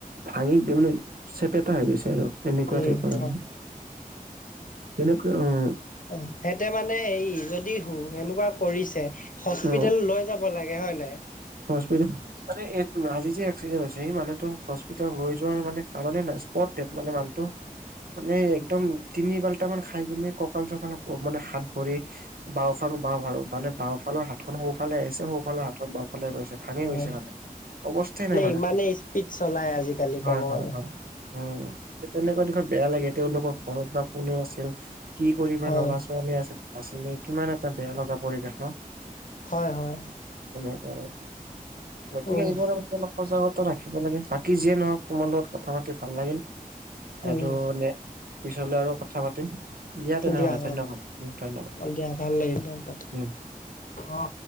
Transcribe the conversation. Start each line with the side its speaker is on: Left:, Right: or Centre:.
Right: ভাঙি তাৰমানে চেপেটা হৈ গৈছে আৰু। এনেকোৱা
Left: উম,
Right: টাইপৰ আৰু
Left: হয়
Right: তেনেকোৱা উমঁ'।
Left: অঁ' সেতে মানে হেৰি যদি সু সেনেকোৱা কৰিছে- হস্পিতেল
Right: অ
Left: লৈ যাব লাগে হয় নাই।
Right: হস্পিতেল মানে এই আজি যে এক্সিডেণ্ট হৈছে সেই মানুহতো হস্পিতেল লৈ যোৱাৰ মানে কাৰণে নাই। স্পট ডেথ্ মানে মানুহটো। মানে একদম তিনি পালটা মান খাই কিনে কঁকাল চকাল মানে হাত ভৰি- বাওফাল <unintelligible> মানে বাওফালৰ হাতখন সোফালে আহিছে সোফালৰ হাতখন বাওফালে গৈছে। ভাঙি
Left: হয়।
Right: গৈছে মানে। অৱস্থাই নাই মানে
Left: ইমানেই স্পীড চলাই আজিকালি
Right: হয়
Left: ক'ব
Right: হয়
Left: গ'লে
Right: হয়, উম তে তেনেকুৱা দিশত বেয়া লাগে, তেওঁলোকৰ ঘৰত বা কোনে আছিল? কি কৰিবা
Left: হয়
Right: ল'ৰা - ছোৱালী আছি আছিলে কিমান এটা বেয়া লগা পৰিৱেশ ন?
Left: হয় হয়।
Right: তেনেকুৱা গতিকে
Left: উম
Right: এইবোৰ <unintelligible> সজাগতা ৰাখিব লাগে, বাকী যিয়ে নহওক তোমাৰ লগত কথা পাতি ভাল লাগিল।
Left: উম
Right: আৰু নে পিছলে আৰু কথা পাতিম দিয়া তেনেহলে
Left: দিয়া
Right: ধন্যবাদ উম ধন্যবাদ।
Left: দিয়া ভাল লাগিল পাতি
Right: উম।
Left: অ।